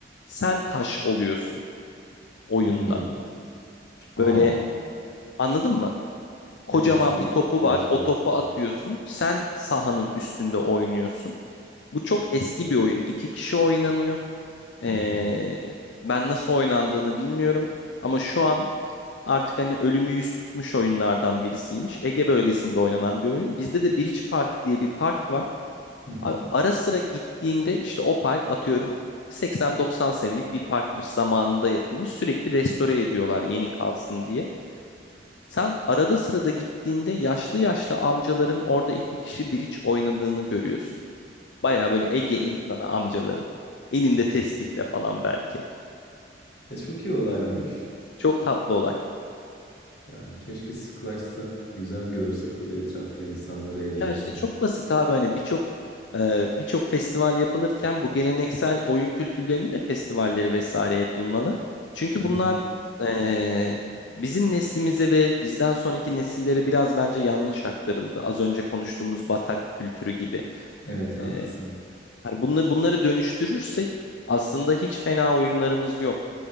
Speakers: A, on the left (about 75°); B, on the left (about 55°).
A: Sen taş oluyorsun oyunda.
B: Hmm. Aa,
A: Böyle anladın mı? Kocaman
B: evet tam
A: bir topu
B: bir şeyler
A: var.
B: çağrıştırdı.
A: O topu atıyorsun. Sen sahanın üstünde oynuyorsun. Bu çok eski bir oyun. İki kişi oynanıyor. Ee,
B: Hı hı.
A: ben nasıl oynandığını bilmiyorum. Ama şu an artık hani ölümü yüz tutmuş oyunlardan birisiymiş. Ege bölgesinde oynanan bir oyun. Bizde de Biriç Park diye bir park var.
B: Hı hı.
A: Abi ara sıra gittiğinde işte o park atıyorum 80-90 senelik bir parkmış. Zamanında yapılmış. Sürekli restore ediyorlar yeni kalsın diye. Sen arada sırada gittiğinde yaşlı yaşlı amcaların orada iki kişi Biriç oynadığını görüyorsun. Baya böyle Ege insanı amcaların. Elinde tesbihle falan belki.
B: E, çok iyi olaymış.
A: Çok tatlı olay.
B: Yani keşke sıklaşsa, güzel görsek böyle etrafta insanları eğlenirken.
A: Ya işte çok basit abi hani birçok e, birçok festival yapılırken bu geleneksel oyun kültürlerinin de festivalleri vesaire yapılmalı. Çünkü
B: Hı hı.
A: bunlar e, bizim neslimize ve bizden sonraki nesillere biraz bence yanlış aktarıldı. Az önce konuştuğumuz Batak kültürü gibi.
B: Evet haklısın.
A: E, hani bunları, bunları dönüştürürsek aslında hiç fena oyunlarımız yok.